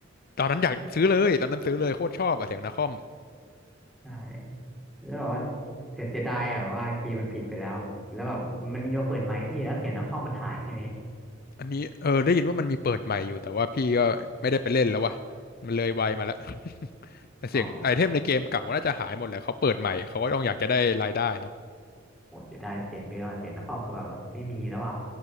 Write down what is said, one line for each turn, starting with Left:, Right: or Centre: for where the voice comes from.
Left: ตอนนั้นอยากซื้อเลยตอนนั้นซื้อเลยโคตรชอบอะเสียงนาคอม
Centre: ใช่ แล้วแบบว่าเสียเสียดายอะแบบว่าเกมมันปิดไปแล้วแล้วแบบมันมีมาเปิดไหมพี่แล้วเสียงนักคอมมันหายใช่ไหม
Left: อันนี้เออได้ยินว่ามันมีเปิดใหม่อยู่แต่ว่าพี่ก็ไม่ได้ไปเล่นแล้ววะมันเลยวัยมาละแต่เสียงไอเทมในเกมเก่าน่าจะหายหมดแหละเขาเปิดใหม่เขาก็ต้องอยากจะได้รายได้เนาะ
Centre: อ๋อโหเสียดายเสียงเบลอะเสียงนักคอมคือแบบว่าไม่มีแล้วอ่ะ